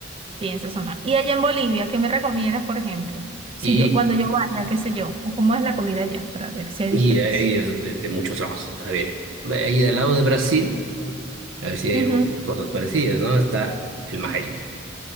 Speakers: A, on the right (about 30°); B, on the right (about 80°).
A: bien sazonada. Y allá en Bolivia, ¿qué me recomiendas, por ejemplo? Si
B: Y,
A: yo, cuando yo vaya, qué sé yo, o cómo es la comida allá, para ver si hay
B: y
A: diferencia.
B: hay de, de- de muchos lados. A ver, ahí del lado de Brasil, a ver si hay
A: Ujú,
B: algo, cosas parecidas, ¿no? Está el majaíto.